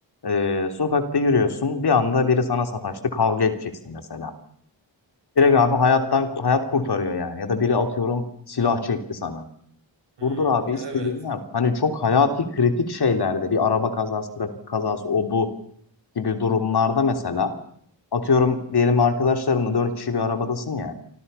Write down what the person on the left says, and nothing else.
Ee, sokakta yürüyorsun. Bir anda biri sana sataştı. Kavga edeceksin mesela.
Direkt abi hayattan hayat kurtarıyor yani. Ya da biri atıyorum silah çekti sana.
Durdur abi istediğini
yap. Hani çok hayati kritik şeylerde bir araba kazası, trafik kazası o bu gibi durumlarda mesela atıyorum diyelim arkadaşlarımla dört kişi bir arabadasın ya.